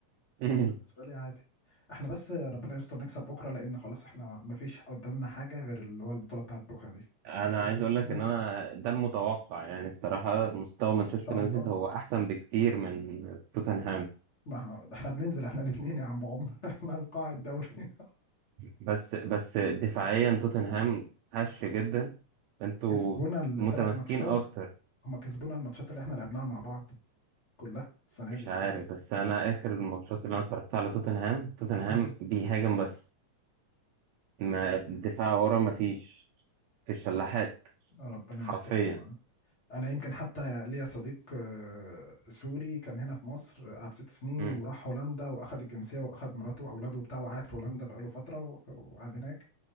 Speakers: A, on the right; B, on the left.
A: <laughs>
B: فبالنسبة لي عادي احنا بس ربنا يستر نكسب بكرة لأن خلاص احنا مفيش قدامنا حاجة غير اللي هو البطولة بتاعت بكرة دي
A: انا
B: و-
A: عايز اقول
B: و-
A: لك ان انا ده المتوقع يعني الصراحه مستوى
B: آه،
A: مانشستر
B: إن شاء
A: يونايتد
B: الله
A: هو احسن بكتير من توتنهام
B: ما ه- ده احنا بننزل احنا الاتنين يا عم عمر <laughs> احنا القاع الدوري
A: بس بس دفاعيا توتنهام هش جدا
B: <laughs>
A: انتوا
B: كسبونا الثلاث
A: متماسكين
B: ماتشات
A: اكتر
B: هما كسبونا الماتشات اللي احنا لعبناها مع بعض كلها السنة
A: مش
B: دي
A: عارف
B: ف
A: بس انا اخر الماتشات اللي انا اتفرجت على توتنهام توتنهام
B: مم.
A: بيهاجم بس ما الدفاع ورا ما فيش في الشلاحات
B: ربنا
A: حرفيا
B: يستر انا يمكن حتى ليا صديق آه، سوري كان هنا في مصر قعد ست سنين
A: مم.
B: وراح هولندا واخد الجنسيه واخد مراته واولاده وبتاعه وقعد في هولندا بقاله فتره و- وقعد هناك